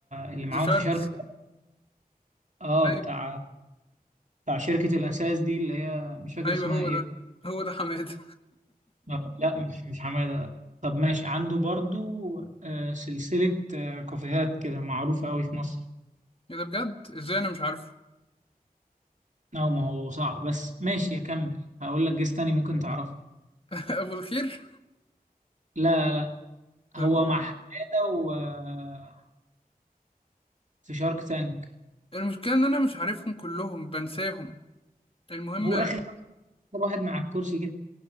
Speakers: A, on the right; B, on the left.
A: اللي معاهم
B: <laughs> ذا شاركس
A: في شارك تانك. اه
B: أيوة
A: بتاع بتاع شركة الأساس دي اللي هي مش فاكر
B: أيوة
A: اسمها
B: هو
A: ايه
B: ده هو ده حمادة
A: آه، لا مش مش حمادة طب ماشي عنده برضو آه سلسلة آه كافيهات كده معروفة قوي في مصر
B: <laughs> إيه ده بجد إزاي أنا مش عارفه
A: اه ما هو صعب بس ماشي اكمل هقول لك جيس تاني ممكن تعرفه
B: <laughs> أبو الخير
A: لا لا
B: طب
A: هو
B: قول.
A: مع حمادة و آه، في شارك تانك
B: المشكلة إن أنا مش عارفهم كلهم بنساهم المهم
A: هو اخر واحد مع الكرسي كده